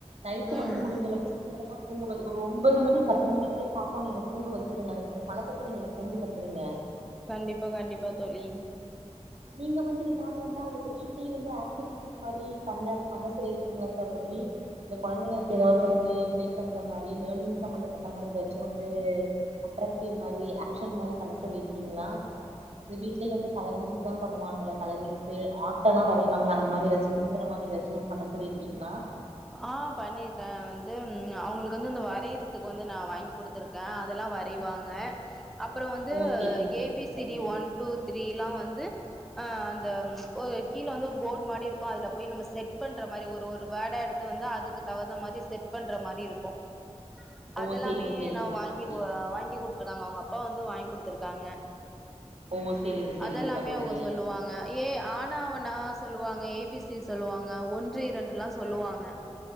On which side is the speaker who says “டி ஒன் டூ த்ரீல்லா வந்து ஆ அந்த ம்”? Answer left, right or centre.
Centre